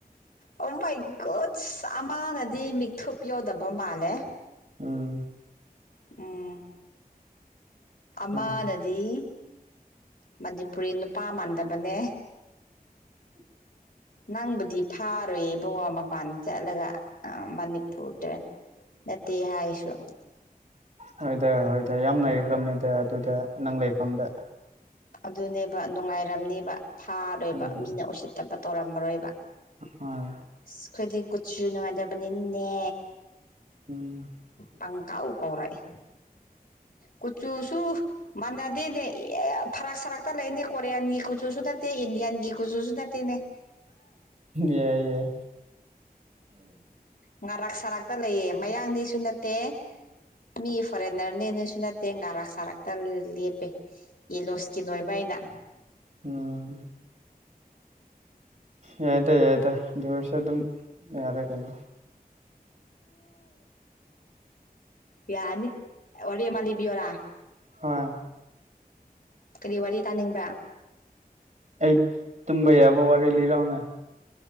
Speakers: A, on the left (about 70°); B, on the right (about 55°).
A: ꯑꯣ ꯃꯥꯏ ꯒꯨꯠꯁ ꯑꯃꯅꯗꯤ ꯃꯤꯛꯊꯨꯞ ꯌꯣꯗꯕ ꯃꯥꯜꯂꯦ꯫
B: ꯎꯝ
A: ꯎꯝ ꯑꯃꯥꯅꯗꯤ
B: ꯎꯝ
A: ꯃꯅꯤꯄꯨꯔꯤ ꯅꯨꯄꯥ ꯃꯥꯟꯗꯕꯅꯦ ꯅꯪꯕꯨꯗꯤ ꯐꯥꯔꯣꯏ ꯏꯕꯨꯡꯉꯣ ꯃꯄꯥꯟ ꯆꯠꯂꯒ ꯃꯅꯤꯄꯨꯔꯗ ꯅꯠꯇꯦ ꯍꯥꯏꯁꯨ
B: ꯍꯣꯏꯗ ꯍꯣꯏꯗ ꯌꯥꯝ ꯂꯩꯈ꯭ꯔꯕꯅꯤꯗ ꯑꯗꯨꯗ ꯅꯪ ꯂꯩꯐꯝꯗ
A: ꯑꯗꯨꯅꯦꯕ ꯅꯨꯡꯉꯥꯏꯔꯝꯅꯦꯕ ꯐꯥꯔꯣꯏꯕ
B: ꯎꯝ
A: ꯃꯤꯅ ꯎꯁꯤꯠꯇꯕ ꯇꯧꯔꯝꯃꯔꯣꯏꯕ
B: ꯍꯣꯏ
A: ꯁ ꯑꯩꯈꯣꯏꯗꯤ ꯀꯨꯠꯁꯨ ꯅꯨꯡꯉꯥꯏꯗꯕꯅꯤꯅꯦ
B: ꯎꯝ
A: ꯄꯪ ꯀꯥꯎ ꯀꯧꯔꯛꯑꯦ ꯀꯨꯆꯨꯁꯨ ꯃꯥꯟꯅꯗꯦꯅꯦ ꯌꯥ ꯐꯔꯛ ꯁꯥꯔꯛꯇ ꯂꯩꯕꯅꯦ ꯀꯣꯔꯤꯌꯥꯟꯒꯤ ꯀꯨꯆꯨꯁꯨ ꯅꯠꯇꯦ ꯏꯟꯗꯤꯌꯥꯟꯒꯤ ꯀꯨꯆꯨꯁꯨ ꯅꯠꯇꯦꯅꯦ
B: ꯌꯥ ꯌꯥꯏ
A: ꯉꯥꯔꯛ ꯁꯥꯔꯛꯇ ꯂꯩꯌꯦ ꯃꯌꯥꯡꯅꯤꯁꯨ ꯅꯠꯇꯦ ꯃꯤ ꯐꯣꯔꯦꯟꯅꯔꯅꯦ ꯅꯣꯏꯁꯨ ꯅꯠꯇꯦ ꯉꯔꯥꯛ ꯁꯥꯔꯛꯇ ꯂꯦꯞꯄꯦ ꯌꯦꯂꯣ ꯏꯁꯀꯤꯟ ꯑꯣꯏꯕ ꯑꯩꯅ
B: ꯎꯝ ꯌꯥꯏꯗ ꯌꯥꯏꯗ ꯑꯗꯨ ꯑꯣꯏꯁꯨ ꯑꯗꯨꯝ ꯌꯥꯔꯦ ꯀꯩꯅꯣ
A: ꯌꯥꯅꯤ ꯋꯥꯔꯤ ꯑꯃ ꯂꯤꯕꯤꯌꯣꯔꯥ
B: ꯍꯣꯏ
A: ꯀꯔꯤ ꯋꯥꯔꯤ ꯇꯥꯅꯤꯡꯕ꯭ꯔꯥ
B: ꯑꯩ ꯇꯨꯝꯕ ꯌꯥꯕ ꯋꯥꯔꯤ ꯂꯤꯔꯥꯎꯅꯦ